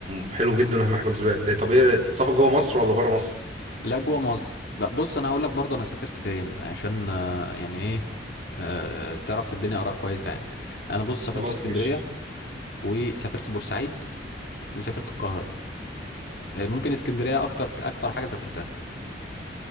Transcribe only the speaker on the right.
أهم- حلو جدا اهم حاجه بالنسبه لي طب ايه السفر جوه مصر ولا بره مصر
خلاص
ماشي